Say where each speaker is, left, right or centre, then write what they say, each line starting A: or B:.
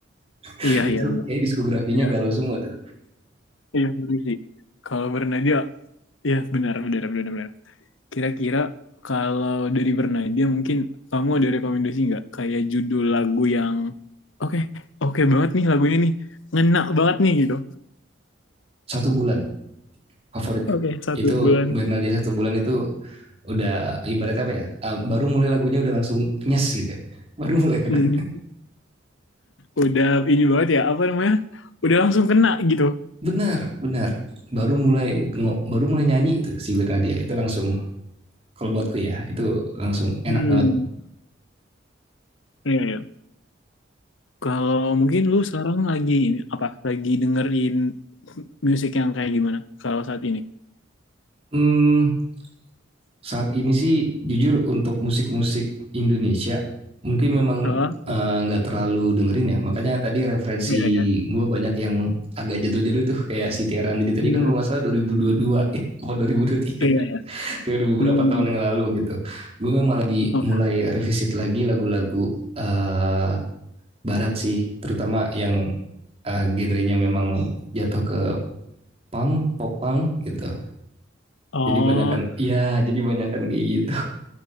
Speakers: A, on the right (about 30°); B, on the left (about 80°).
A: <laughs>
B: Iya,
A: Itu
B: iya.
A: kayak diskografinya
B: Iya,
A: galau semua tuh.
B: iya benar sih. Kalau Bernadia, ya benar, benar, benar, benar. Kira-kira kalau dari Bernadia mungkin kamu ada rekomendasi nggak? Kayak judul lagu yang oke, oke banget nih lagu ini nih, ngena banget nih gitu.
A: Satu bulan favoritku.
B: Oke, satu
A: Itu
B: bulan.
A: Bernadia satu bulan itu udah ibarat apa ya? em, baru mulai lagunya udah langsung nyes gitu. ya. Baru mulai. <laughs>
B: Hmm, udah ini banget ya, apa namanya? Udah langsung kena gitu.
A: Benar, benar. Baru mulai ngo- baru mulai nyanyi itu si Bernadia. Itu langsung kalau buatku ya, itu langsung enak
B: Hmm,
A: banget
B: iya, iya. Kalau mungkin lu sekarang lagi ini apa? Lagi dengerin musik yang kayak gimana? Kalau saat ini?
A: Hmm, saat ini sih jujur untuk musik-musik Indonesia mungkin memang
B: Oh,
A: eh, nggak terlalu dengerin ya. Makanya tadi referensi
B: iya, iya.
A: gue banyak yang agak jadul-jadul tuh kayak si Tiara Andini tadi
B: Hmm,
A: kan kalau nggak salah 2022 <laughs> atau
B: iya, iya.
A: 2023 <laughs> kayak udah beberapa
B: Hmm,
A: tahun yang lalu gitu. Gue memang lagi
B: oke.
A: mulai revisit lagi lagu-lagu eh, barat sih, terutama yang eh, genrenya memang jatuh ke punk, pop punk gitu.
B: Oh,
A: Jadi banyakan, ya jadi banyakan kayak gitu.